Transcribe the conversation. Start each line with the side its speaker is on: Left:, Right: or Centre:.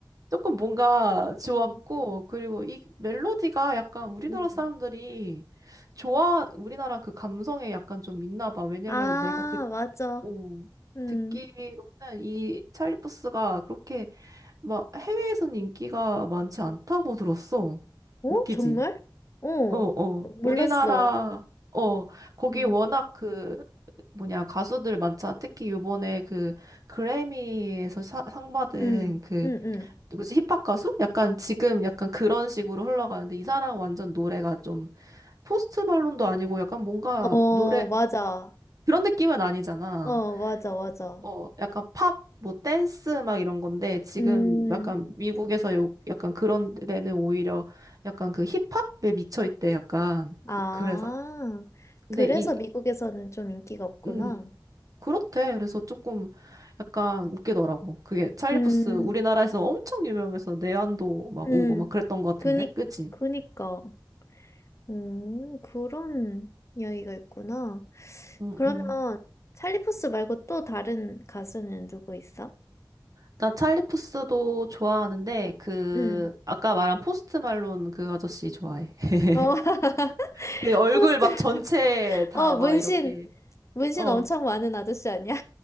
Right: 조금 뭔가 좋았고,
Left: 음,
Right: 그리고 이 멜로디가 약간 우리나라
Left: 음.
Right: 사람들이 좋아, 우리나라 그 감성에 약간 좀 있나 봐. 왜냐면
Left: 아,
Right: 내가 듣,
Left: 맞아.
Right: 어,
Left: 음.
Right: 듣기로는 이 찰리 푸스가 그렇게 막 해외에서는 인기가 많지 않다고 들었어.
Left: 어?
Right: 웃기지?
Left: 정말? 어,
Right: 어, 어.
Left: 몰랐어.
Right: 우리나라, 어, 거기
Left: 음,
Right: 워낙 그, 뭐냐 가수들 많자 특히 요번에 그 그래미에서 사- 상 받은
Left: 음,
Right: 그
Left: 음,
Right: 누구지? 힙합 가수? 약간 지금 약간 그런 식으로 흘러가는데 이 사람 완전 노래가 좀 포스트 말론도 아니고 약간 뭔가
Left: 음. 어,
Right: 노래
Left: 맞아.
Right: 그런 느낌은 아니잖아.
Left: 어, 맞아, 맞아.
Right: 어, 약간 팝, 뭐 댄스 막 이런 건데 지금
Left: 음,
Right: 약간 미국에서 요, 약간 그런 데는 오히려 약간 그 힙합에 미쳐 있대 약간
Left: 아,
Right: 그, 그래서 근데
Left: 그래서
Right: 이
Left: 미국에서는 좀 인기가 없구나.
Right: 음, 그렇대. 그래서 조금 약간 웃기더라고. 그게 찰리푸스
Left: 음,
Right: 우리나라에서 엄청 유명해서 내한도 막
Left: 음,
Right: 오고 막 그랬던 것
Left: 그니,
Right: 같은데, 그치?
Left: 그니까. 음, 그런 이야기가 있구나.
Right: 음,
Left: 그러면
Right: 음.
Left: 찰리 푸스 말고 또 다른 가수는 누구 있어?
Right: 나 찰리 푸스도 좋아하는데 그
Left: 응.
Right: 아까 말한 포스트 말론 그 아저씨 좋아해. <laughs>
Left: 어, <laughs>
Right: 그 얼굴
Left: 포스트.
Right: 막 전체 다
Left: 어,
Right: 막
Left: 문신.
Right: 이렇게
Left: 문신
Right: 어.
Left: 엄청 많은 아저씨 아니야?